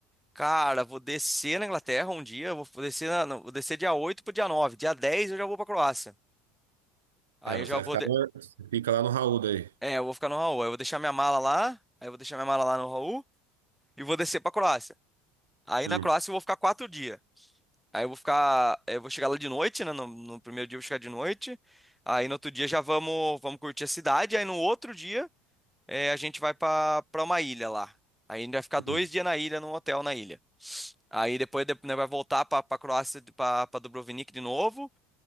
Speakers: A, in the centre; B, on the right (about 75°).
A: Cara, vou descer na Inglaterra um dia, vou descer, na, não, vou descer dia 8 pro dia 9, Dia 10 eu já vou pra Croácia. Aí
B: É, mas
A: eu já
B: você vai
A: vou.
B: ficar,
A: de-
B: no- você fica lá no Raul daí.
A: É, eu vou ficar no Raul. Aí eu vou deixar minha mala lá, aí eu vou deixar minha mala lá no Raul e vou descer pra Croácia. Aí
B: Hum,
A: na Croácia eu vou ficar quatro dias. Aí eu vou ficar. é, Eu vou chegar lá de noite, né? No, no primeiro dia eu vou chegar de noite. Aí no outro dia já vamos, vamos curtir a cidade. Aí no outro dia é, a gente vai pra, pra uma ilha lá. Aí a gente vai ficar
B: hum,
A: dois dias na ilha, num hotel na ilha. Aí depois de- né, vai voltar pra, pra Croácia, pra, pra Dubrovnik de novo.